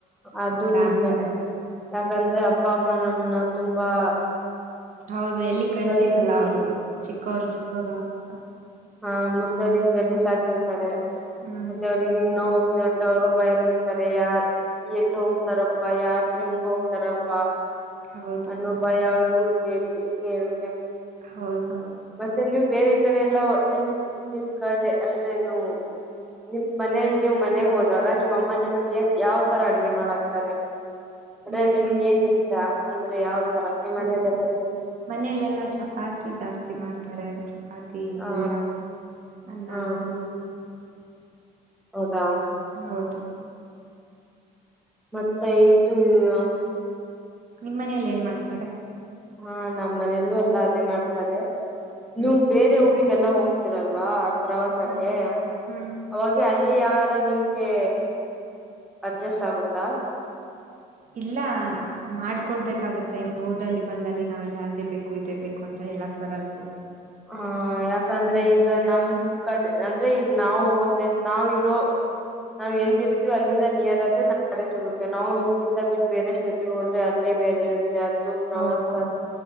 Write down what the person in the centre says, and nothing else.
ಅದು ನಿಜನಿದೆ
ಯಾಕಂದ್ರೆ ಅಪ್ಪ ಅಮ್ಮನ <unintelligible> ನ ತುಂಬಾ <unintelligible>
ಮುಗ್ಧ
ರೀತಿಯಲ್ಲಿ
ಹಾ ಮುದ್ದ ರೀತಿಯಲ್ಲಿ ಸಾಕಿರ್ತಾರೆ
ಮತ್ತೆ ಅವ್ರಿಗೆ ಹೆ ನೋ <unintelligible> ಅಂದ ಅವ್ರು ಭಯಪಿಡ್ತಾರೆ ಯಾರ್ <unintelligible> ಎಲ್ಲಿ ಹೋಗ್ತಾರಪ್ಪಾ ಯಾರ್ ಹೆಂಗ ಹೋಗ್ತಾರಪ್ಪ <unintelligible>
ಅನ್ನೊ ಅನುಭಯ ಅವರು ಇದ್ದೆ ಇರುತ್ತೆ <unintelligible>
ಮತ್ತೆ ನೀವು ಬೇರೆ ಕಡೆ ಎಲ್ಲ ನಿಮ ನಿಮ್ಮ ಕಡೆ ಅಂದ್ರೆ ನೀ <unintelligible> ನಿಮ್ ಮನೇಲಿ ನೀವು ಮನೆಗ್ ಹೋದಾಗ ನಿಮ್ಮಮ್ಮ ನಿಮ್ಗೆ ಯಾವ್ ತರ ಅಡ್ಗೆ ಮಾಡಕ್ತಾರೆ <unintelligible> ಅದೇ
ನಿಮ್ಗೆ ಏನ್ ಇಷ್ಟ ಅಂದ್ರೆ ಯಾವ ತರ ನಿ ಮನಲೆಲ್ಲ <unintelligible>
ಹ
ಹ
ಹೌದಾ <unintelligible>
ಮತ್ತೆ ಇದು <unintelligible>
ಹಾ ನಮ್ಮ್ ಮನೆಯಲ್ಲೂ ಎಲ್ಲಾ ಅದೇ ಮಾಡ್ತಾರೆ
ನೀವು ಬೇರೆ ಊರಿಗೆ <unintelligible> ಲ್ಲ ಹೋಗ್ತಿರಲ್ವಾ ಪ್ರವಾಸಕ್ಕೆ
ಅವ ಅಲ್ಲಿ <unintelligible> ಲ್ಲಿ ಆಹಾರ ನಿಮಗೆ ಅಡ್ಜಸ್ಟ್ ಆಗುತ್ತಾ <unintelligible>
ಹಾ ಯಾಕಂದ್ರೆ ಈಗ ನಮ ಕಡೆ ಅಂದ್ರೆ ಈಗ ನಾವ ಹೋಗೋ ಪ್ಲೇಸ್ ನಾವ್ ಇರೋ <unintelligible> ನಾವ್ ಎಲ್ಲಿ ಇರ್ತೀವಿ ಅಲ್ಲಿಂದ ನಿಯರ್ ಆದ್ರೆ ನಾ ಕಡೆ ಸಿಗುತ್ತೆವೆ ನಾವು ಇಲ್ಲಿಂದ ಬಿಟ್ಟ ಬೇರೆ ಸ್ಟೇಟಿಗೆ ಹೋದ್ರೆ ಅಲ್ಲಿ <unintelligible> ಬೇರೆ ಇರುತ್ತೆ ಅದು ಪ್ರವಾಸ